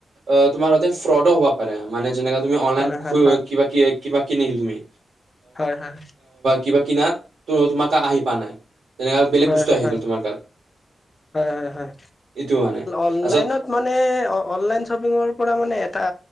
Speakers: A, on the right; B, on the left.
A: অহ ', তোমাৰ ততে ফ্ৰডো হ'ব পাৰে মানে যেনেকা। তুমি অনলাইন
B: হয় হয়
A: খোৱা
B: হয়
A: কিবা- কিবা কিন তুমি
B: হয় হয়
A: কিবা। কিনাত ত তুমাকা আহি প নাই তেনেকা বেলেগ
B: হয়-
A: বস্তু
B: হয়-
A: আহি গ'ল তোমাৰ গাত
B: হয় - হয়
A: এইটো হোৱা নাই
B: অনলাইনত
A: তাৰছত
B: মানে অনলাইন শ্বপিঙৰ পৰা মানে এটা